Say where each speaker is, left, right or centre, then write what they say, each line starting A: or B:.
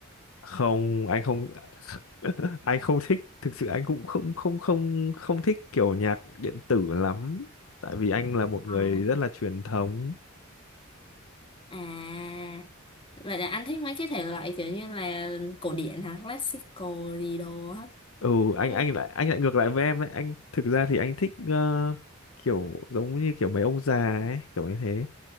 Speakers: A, on the left; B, on the left.
A: Không, anh không <laughs> anh không thích, thực sự anh cũng không không không không thích kiểu nhạc điện tử lắm, tại vì anh là một
B: À,
A: người rất là truyền thống.
B: à, vậy là anh thích mấy cái thể loại kiểu như là cổ điển hả, classical gì đồ á,
A: Ừ, anh
B: đúng
A: anh
B: không?
A: lại anh lại ngược lại với em đấy, anh thực ra thì anh thích ờ, kiểu giống như kiểu mấy ông già ấy, kiểu như thế.